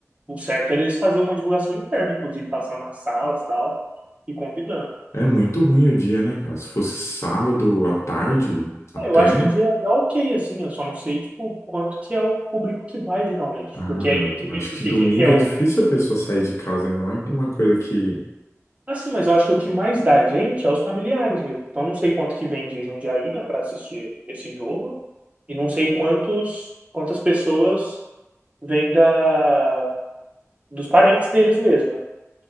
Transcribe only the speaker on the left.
É muito ruim o dia, né, cara? Se fosse sábado à tarde, até,
ah,
eu
acho
que domingo
é difícil a pessoa sair de casa, ainda mais com uma coisa que